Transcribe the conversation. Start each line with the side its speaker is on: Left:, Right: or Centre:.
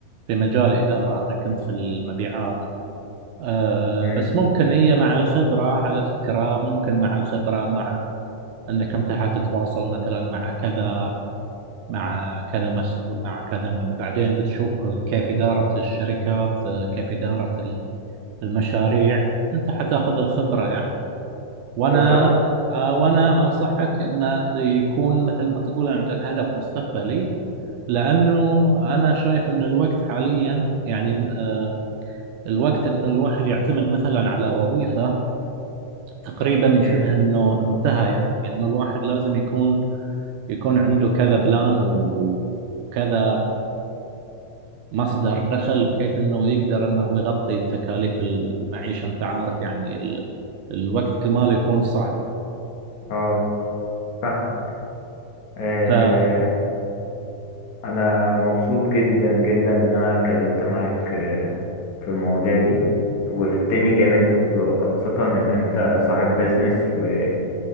Right: في مجال اداره انا كنت في المبيعات آه،
Left: مم.
Right: بس ممكن هي مع الخبره على فكره ممكن مع الخبره مع انك انت حتتواصل مثلا مع كذا مع كذا مسؤول مع كذا بعدين بتشوف كيف اداره الشركات آه، كيف اداره ال- المشاريع انت حتاخذ الخبره يعني وانا
Left: بالظبط
Right: آه، وانا انصحك انه يكون مثل ما تقول عندك هدف مستقبلي لانه انا شايف ان الوقت حاليا يعني آه، الوقت ان الواحد يعتمد مثلا على وظيفة تقريبا
Left: مم.
Right: شبه انه انتهى يعني انه الواحد لازم يكون يكون عنده كذا بلان و- وكذا مصدر دخل بحيث انه يقدر انه يغطي تكاليف المعيشة انت عارف يعني ال- الوقت كل ما يكون صعب
Left: اه فاهم آه،
Right: ف
Left: أنا مبسوط جدا جدا إن أنا اتكلمت معاك آه، في المواضيع دي وفي التاني جامد خاصة إن أنت صاحب بيزنس و